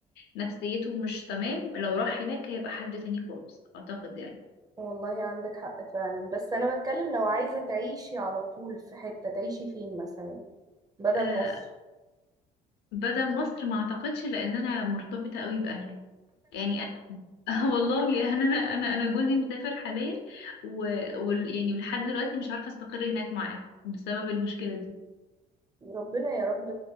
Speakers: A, on the left; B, on the right.
A: نفسيته مش تمام لو راح هناك هيبقى حد تاني خالص أعتقد يعني
B: والله عندك حق فعلا بس أنا بتكلم لو عايزة تعيشي على طول في حتة تعيشي فين مثلا بدل
A: آه،
B: مصر
A: بدل مصر ما اعتقدش لان انا مرتبطه قوي باهلي يعني انا <laughs> والله يعني انا انا انا جوزي مسافر حاليا و... و... يعني لحد دلوقتي مش عارفه استقر هناك معاه بسبب المشكله دي
B: ربنا يا رب